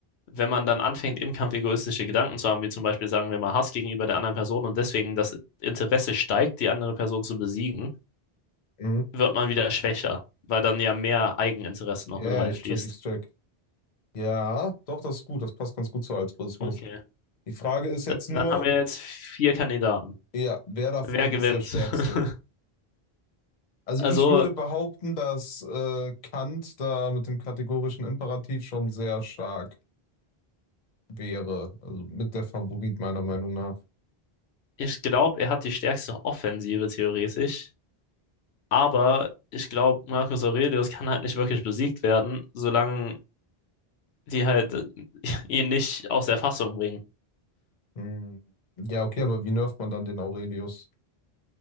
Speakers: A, on the left (about 85°); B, on the left (about 45°).
A: wenn man dann anfängt, im Kampf egoistische Gedanken zu haben, wie zum Beispiel, sagen wir mal, Hass gegenüber der anderen Person und deswegen das Interesse steigt, die andere Person zu besiegen,
B: Mhm.
A: wird man wieder schwächer, weil dann ja mehr Eigeninteresse noch
B: Ja,
A: mit reinfließt.
B: ich check, ich check. Ja, doch, das ist gut, das passt ganz gut zu Altruismus.
A: Okay.
B: Die Frage ist jetzt
A: Da-
B: nur,
A: Dann haben wir jetzt vier Kandidaten.
B: ja, wer davon
A: Wer gewinnt?
B: ist der Stärkste?
A: <laughs>
B: Also
A: Also,
B: ich würde behaupten, dass äh, Kant da mit dem kategorischen Imperativ schon sehr stark wäre, also mit der Favorit meiner Meinung nach.
A: ich glaube, er hat die stärkste Offensive theoretisch, aber ich glaube, Marcus Aurelius kann halt nicht wirklich besiegt werden, solange die halt ihn nicht aus der Fassung bringen.
B: Hm. Ja, okay, aber wie nervt man dann den Aurelius?